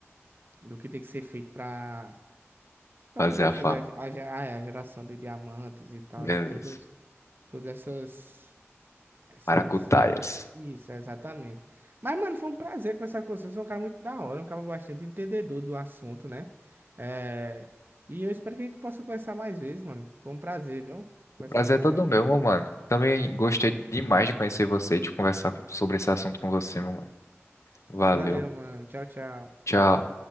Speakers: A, on the right; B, on the left.
A: do que tem que ser feito pra, pra
B: Fazer
A: poder
B: a
A: fazer
B: farm.
A: a, ge- a, ge- a geração de diamantes e tal,
B: Beleza.
A: de todos, todas essas. Essas
B: Maracutaias.
A: Isso, exatamente. Mas, mano, foi um prazer conversar com você. Você é um cara muito da hora, um cara bastante entendedor do assunto, né? É... E eu espero que a gente possa conversar mais vezes, mano. Foi um prazer, viu? Conversar
B: O prazer
A: com
B: é todo
A: você.
B: meu, meu mano. Também gostei demais de conhecer você e de conversar sobre esse assunto com você, meu mano. Valeu.
A: Valeu, mano. Tchau, tchau.
B: Tchau.